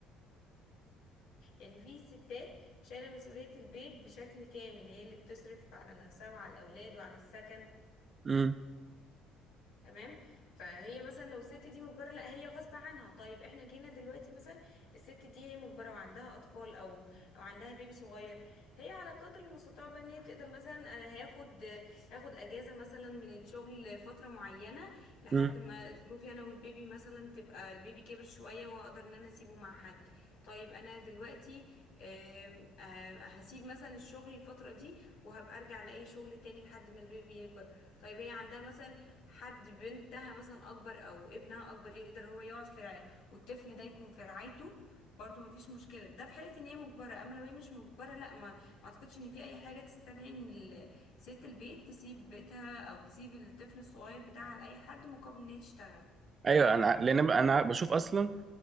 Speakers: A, on the left; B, on the right.
A: يعني في ستات شايلة مسؤولية البيت بشكل كامل هي اللي بتصرف على نفسها وعلى الأولاد وعلى السكن
B: مم.
A: تمام فهي مثلا لو الست دي مجبره لا هي غصب عنها طيب احنا جينا دلوقتي مثلا الست دي هي مجبره وعندها اطفال او او عندها بيبي صغير هي على قدر المستطاع بقى ان هي تقدر مثلا انا هاخد هاخد اجازه مثلا من الشغل فتره معينه لحد
B: مم.
A: ما ظروفي انا والبيبي مثلا تبقى البيبي كبر شويه وهقدر ان انا اسيبه مع حد طيب انا دلوقتي آم، آه، هسيب مثلا الشغل الفتره دي وهبقى ارجع لاي شغل تاني لحد ما البيبي يكبر طيب هي عندها مثلا حد بنتها مثلا اكبر او ابنها اكبر يقدر هو يقعد في رعاية والطفل ده يكون في رعايته برضو مفيش مشكله ده في حاله ان هي مجبره اما لو هي مش مجبره لا ما ما اعتقدش ان في اي حاجه تستدعي ان ال- ست البيت تسيب بيتها او تسيب الطفل الصغير بتاعها لاي حد مقابل ان هي تشتغل
B: ايوه انا لان انا بشوف اصلا